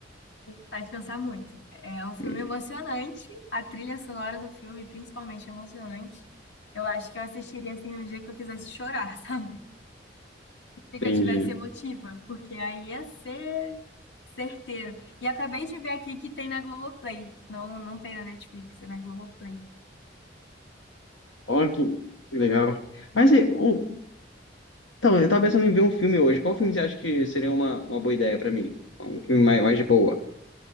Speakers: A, on the left (about 65°); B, on the left (about 80°).
A: Faz pensar muito. É um filme
B: Hum,
A: emocionante. A trilha sonora do filme, principalmente, é emocionante. Eu acho que eu assistiria assim um dia que eu quisesse chorar, <laughs> sabe? Que
B: Entendi.
A: eu tivesse emotiva, porque aí ia ser certeiro. E acabei de ver aqui que tem na Globoplay. Não, não tem na Netflix, é na Globoplay.
B: Ó, que que legal. Mas e, o- então, eu tava pensando em ver um filme hoje. Qual filme você acha que seria uma, uma boa ideia pra mim? Um filme mais, mais de boa.